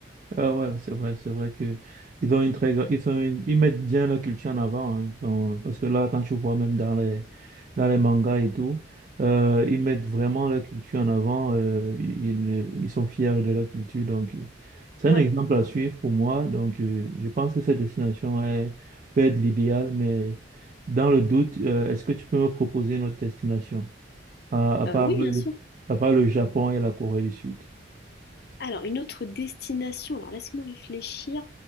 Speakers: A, on the right; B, on the left.
A: Ah ouais, ouais, c'est vrai, c'est vrai que ils ont une très gra- ils sont une- ils mettent bien leur culture en avant hein. Bon, parce que là quand tu vois même dans les dans les mangas et tout euh, ils mettent vraiment leur culture en avant euh, ils, ils sont fiers de leur culture donc euh, c'est
B: Ouais,
A: un exemple à suivre pour moi donc euh, je pense que cette destination est peut être l'idéal mais dans le doute euh, est-ce que tu peux me proposer une autre destination à, à part
B: Euh, oui,
A: euh,
B: bien sûr.
A: à part le Japon et la Corée du Sud?
B: Alors, une autre destination, alors laisse-moi réfléchir.